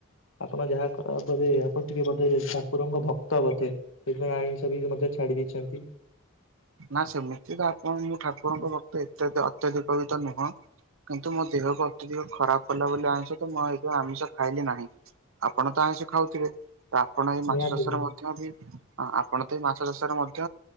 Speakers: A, on the left (about 65°); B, on the right (about 70°).
A: ଆପଣ ଯାହା ବଧେ, ଆପଣ ଟିକେ ବୋଧେ ଠାକୁରଙ୍କ ଭକ୍ତ ବୋଧେ। ସେଇଥିପାଇଁ ଆଇଁଷ ବି, ମଧ୍ୟ ଛାଡି ଦେଇଛନ୍ତି।
B: ନା ସେମିତି ତ, ଆପଣ ମୁଁ ଠାକୁରଙ୍କ ଭକ୍ତ ଇତ୍ୟାଦି ଅତ୍ୟାଧିକତ ନୁହଁ। କିନ୍ତୁ, ମୋ ଦେହକୁ ଅତ୍ୟଧିକ ଖରାପ କଲା ବୋଲି ଆଇଁଷ ତ, ମୁଁ ଏଥି ଆମିଷ ଖାଇଲି ନାହିଁ। ଆପଣ ତ <unintelligible> ଖାଉଥିବେ। ତ ଆପଣ ଏଇ ମାଛ
A: ନିହାତି
B: ଚାଷରେ
A: ନୁ
B: ମଧ୍ୟ ବି, ଆପଣ ତ ଏଇ ମାଛ ଚାଷରେ ମଧ୍ୟ